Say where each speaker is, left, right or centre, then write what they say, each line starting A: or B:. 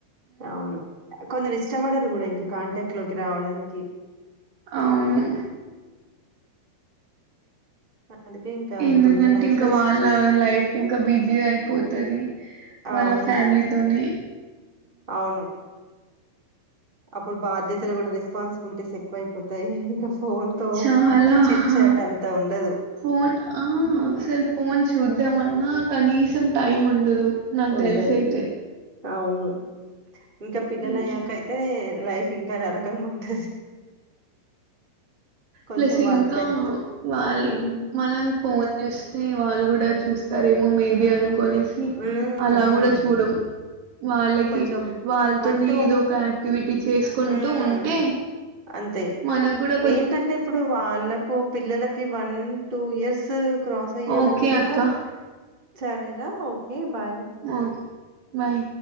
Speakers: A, on the right (about 25°); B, on the right (about 60°).
A: అవును కొందరు ఇష్టపడరు కూడా ఇంకా కాంటాక్ట్ లోకి రావడానికి..
B: అవును..
A: అందుకే ఇంకా
B: ఎందుకంటే
A: ఇప్పుడున్న లైఫ్
B: ఇంకా
A: ఫస్ట్
B: వాళ్ళ లైఫ్ ఇంకా బిజీ అయిపోతది వాళ్ళ
A: అవును.
B: ఫ్యా మిలీ తోని
A: అవును అప్పుడు బాధ్యతలు కూడా రెస్పాన్సిబిలిటీస్ ఎక్కువ అయిపోతాయి ఇంకా ఫోనుతో
B: చాలా
A: చిట్ చాట్
B: ఆ
A: అంత ఉండదు.
B: ఫోన్ ఆ సలు ఫోన్ చూద్దామన్నా కనీసం టైం ఉండదు నాకు
A: ఉండదు.
B: తెలిసి అయితే
A: ఉండదు. అవును. ఇంకా పిల్లల
B: హ్మ్.
A: అయ్యాక అయితే లైఫ్ ఇంకా నరకంగా ఉంటది కొంచెం
B: ప్లస్
A: వాళ్ళు
B: ఇంకా
A: పెద్ద
B: వాళ్ళు
A: హ్మ్.
B: మనం ఫోన్ చూస్తే వాళ్ళు కూడా చు చూస్తారేమో మేబి అనుకునేసి
A: హ్మ్.
B: అలా
A: హ్మ్.
B: కూడా చూడం వాళ్ళకి
A: కొంచెం
B: వాళ్ళతోనే
A: టూ
B: ఏదో ఒక యాక్టివిటీ చేసుకుంటూ
A: హ్మ్.
B: ఉంటే.
A: అంతే.
B: మన కూడా
A: ఏంటంటే ఇప్పుడు వాళ్ళకు పిల్లలకి వన్ టూ ఇయర్స్ క్రాస్ అయ్యే
B: ఓకే
A: వరకు కూడా
B: అక్క.
A: సరేరా ఓకే బాయ్
B: ఓకే. బాయ్